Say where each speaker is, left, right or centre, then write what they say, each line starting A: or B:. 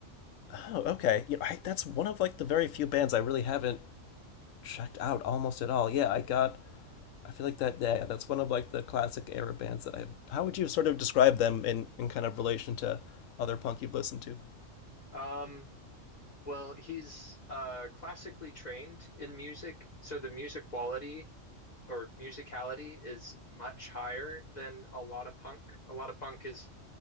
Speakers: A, on the left; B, on the left.
A: oh, okay. You know, I, that's one of like the very few bands I really haven't checked out almost at all. Yeah, I got. I feel like that. Yeah, yeah, that's one of like the classic era bands that I. How would you sort of describe them in in kind of relation to other punk you've listened to?
B: Um, well, he's uh, classically trained in music, so the music quality or musicality is much higher than a lot of punk. A lot of punk is